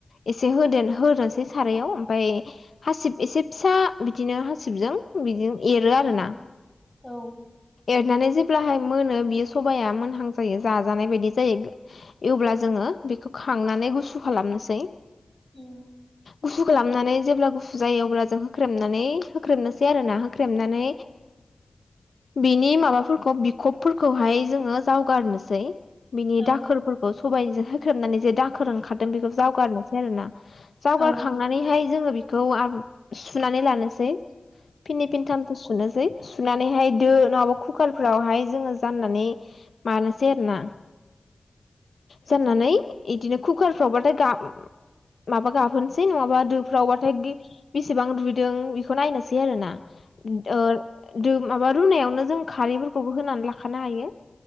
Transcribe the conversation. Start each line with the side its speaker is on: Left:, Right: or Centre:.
Left: एसे होद होसै सारायाव। ओमफ्राय हासिब एसे फिसा बिदिनो हासिबजों। बिदि एरो
Centre: औ
Left: आरो
Centre: उम
Left: ना।
Centre: औ
Left: एरनानै जेब्लाहाय मोनो बियो सबाया मोनहां जायो जाजानाय बायदि जायो। अब्ला जोङो बेखौ खांनानै गुसु खालामनोसै।
Centre: उम
Left: उम हो खालामनानै जेब्ला गुसु जायो अब्ला जों होख्रेमनानै होख्रेबनोसै आरो ना होख्रेबनानै। बिनि माबाफोरखौ बिखबफोरखौहाय जोङो जावगारनोसै। बिनि
Centre: औ
Left: दाखोरफोरखौ
Centre: उम औ
Left: सबायजों होख्रेबनानै जे दाखोर ओंखार। बेखौ जावगारनोसै आरोोना
Centre: उम
Left: जावगारखांनानैहाय जोङो बेखौ सुनानै लानोसै फिननि फिनथामथ' सुनोसै सुनानैहाय दो नङाबा कुकारफ्रावहाय जोङो जाननानै लानोसै आरोना जाननानै बिदिनो कुकारफ्रावबाथाय माबा गाबहोनोसै सै नङाबा दोफ्रावबाथाय बेसेबां दुइैदों बेखौ नायनोसै आरो ना ओ माबा रुनायावनो जों खारैफोरखौबो होनानै लाखानो हायो